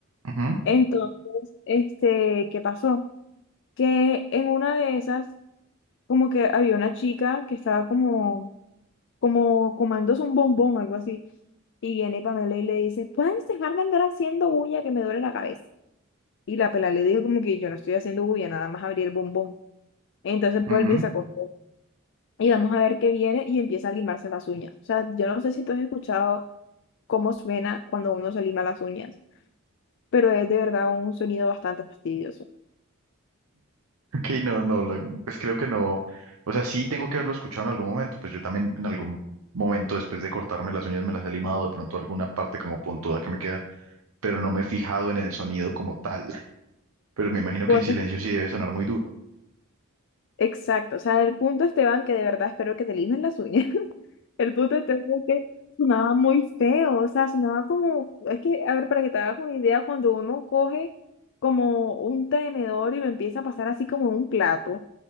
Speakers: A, on the right; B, on the left.
A: ujú,
B: Entonces, este, ¿qué pasó? Que en una de esas como que había una chica que estaba como como comándose un bombón, algo así. Y viene Pamela y le dice, ¿puedes dejar de andar haciendo bulla que me duele la cabeza? Y la pela le dijo como que yo no estoy haciendo bulla, nada más abrí el bombón. Entonces vuelve
A: ujú.
B: y se acostó. Y vamos a ver qué viene y empieza a limarse las uñas. O sea, yo no sé si tú has escuchado cómo suena cuando uno se lima las uñas, pero es de verdad un sonido bastante fastidioso.
A: Ok, no, no, la- pues creo que no. O sea, sí tengo que haberlo escuchado en algún momento. Pues yo también en algún momento después de cortarme las uñas me las he limado de pronto alguna parte como puntuda que me queda, pero no me he fijado en el sonido como tal. <laughs> Pero me imagino
B: Bueno.
A: que en silencio sí debe sonar muy duro.
B: Exacto, o sea, el punto, Esteban, que de verdad espero que te limen las uñas. El punto de tema es que sonaba muy feo, o sea, sonaba como, es que, a ver, para que te hagas una idea, cuando uno coge como un tenedor y lo empieza a pasar así como en un plato, o